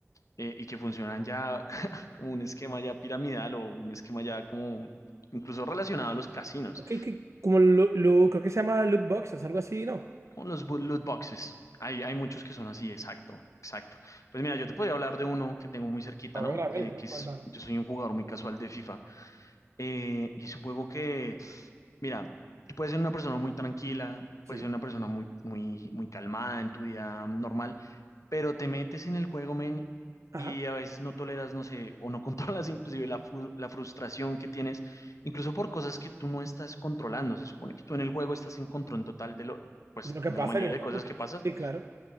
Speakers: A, on the left; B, on the right.
A: eh, y que funcionan ya <laughs> como un esquema ya piramidal o un esquema ya como incluso relacionado a los casinos.
B: Ok, que- como lo, lo- creo que se llama loot boxes, algo así, ¿no?
A: Como los bo- loot boxes. Hay, hay muchos que son así, exacto, exacto. Pues mira, yo te podría hablar de uno que tengo muy cerquita,
B: A
A: ¿no?
B: ver, a ver,
A: Eh,
B: a ver,
A: que
B: cuéntame.
A: es, yo soy un jugador muy casual de FIFA. Eh, y es un juego que, mira, tú puedes ser una persona muy tranquila,
B: Sí.
A: puedes ser una persona muy, muy, muy calmada en tu vida normal, pero te metes en el juego, men,
B: Ajá.
A: y a veces no toleras, no sé, o no <laughs> controlas inclusive la, fu- la frustración que tienes, incluso por cosas que tú no estás controlando. Se supone que tú en el juego estás en control total de lo, pues,
B: De lo que
A: de
B: pasa
A: la mayoría
B: en el
A: de
B: juego,
A: cosas
B: pues.
A: que pasan,
B: Sí, claro.